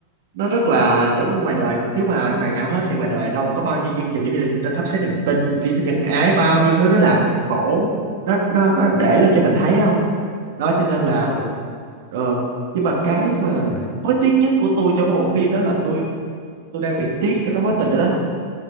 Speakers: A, on the right; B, on the left.
A: nó rất là giống như ngoài đời nếu mà hoàn hảo hết thì ngoài đời đâu có bao nhiêu chương trình giống như là thắp sáng niềm tin chuyển sinh nhân ái bao nhiêu thứ nó làm khổ nó nó nó để lên cho mình thấy không đó cho nên
B: đúng
A: là
B: rồi
A: ờ nhưng mà cái mà
B: đấy.
A: hối tiếc nhất của tôi trong cái bộ phim đó là tôi tôi đang bị tiếc cho cái mối tình đó đó